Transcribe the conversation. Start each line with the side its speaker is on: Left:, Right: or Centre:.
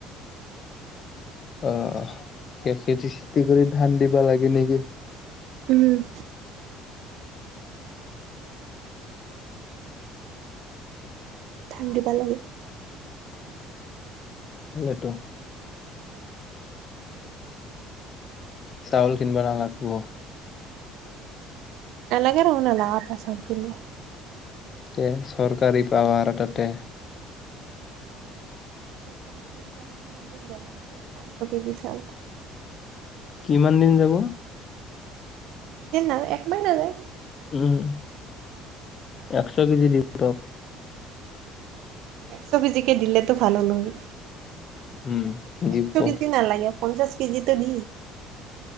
Left: অ, সে খেতি -চেতি কৰি ধান দিব লাগিলে গে।
Right: উম, ধান দিব লাগে।
Left: লেটো। চাউল কিনিব না লাগিব।
Right: এলাগে দেখোন বেলেগৰ পৰা চাউল কিনিব।
Left: তে চৰকাৰী পাম আৰ তাতে।
Right: চৰকাৰী চাউলটো আৰু কিমান দিন যাব সে পন্ধৰ কেজি চাউলটো।
Left: কিমান দিন যাব?
Right: <unintelligible> একমাহেই নাযায়।
Left: উম, একশ কেজি দি ৰূপ
Right: একশ কেজিকে দিলেতো ভালো নহল
Left: উম দিব
Right: একশ কেজি নালাগে। পঞ্চাছ কেজিটো দি।